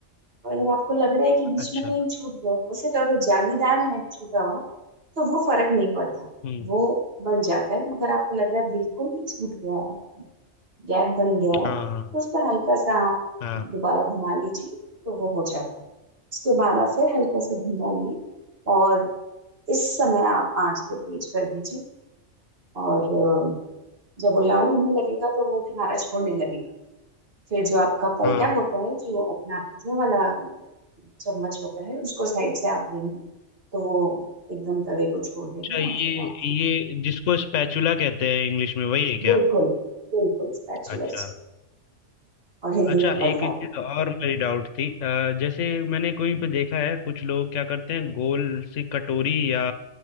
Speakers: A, on the right; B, on the left.
A: और अगर आपको लग रहा है कि
B: ना।
A: बीच
B: अच्छा
A: में कहीं छूट गया वैसे तो अगर जालीदार है छूटा हुआ तो वो फर्क नहीं पड़ता
B: हम्म
A: वो बन जाता है मगर आपको लग रहा है बिल्कुल ही छूट गया है गैप बन गया है
B: हाँ
A: तो उस पर हल्का सा आप
B: हाँ
A: दोबारा घुमा लीजिए तो वो हो जाता है उसके बाद आप फिर हल्का सा घुमा लिए और इस समय आप आंच को तेज कर दीजिए और अ, जब वो लाल होने लगेगा तो वो किनारा छोड़ने लगेगा फिर जो आपका पलटा
B: हाँ
A: होता है जो अपना पतलों वाला चम्मच होता है उसको साइड से आप लेंगे तो वो एकदम तवे को छोड़ देगा
B: अच्छा ये
A: और फिर आप
B: ये जिसको स्पैचुला कहते हैं इंग्लिश में वही है
A: बिल्कुल
B: क्या
A: बिल्कुल स्पैचुला
B: अच्छा
A: जिसको और हिंदी
B: अच्छा
A: में पलटा
B: एक चीज और मेरी डाउट थी अ, जैसे मैंने कहीं पे देखा है कुछ लोग क्या करते हैं गोल सी कटोरी या